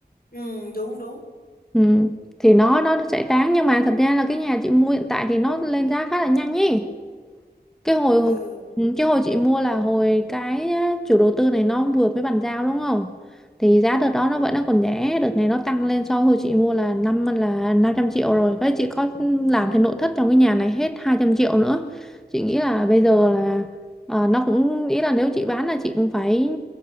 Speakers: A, on the left; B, in the centre.
A: Ừ đúng đúng
B: ừ. thì nó nó sẽ đáng nhưng mà thật ra là cái nhà chị mua hiện tại thì nó lên giá khá là nhanh nhỉ cái hồi
A: ừ
B: ừ, cái hồi chị mua là hồi cái á, chủ đầu tư này nó vừa mới bàn giao đúng không thì giá đợt đó nó vẫn nó còn rẻ đợt này nó tăng lên so với hồi chị mua là năm là 500 triệu rồi với chị có làm thì nội thất trong cái nhà này hết 200 triệu nữa chị nghĩ là bây giờ là ờ, nó cũng ý là nếu chị bán là chị cũng phải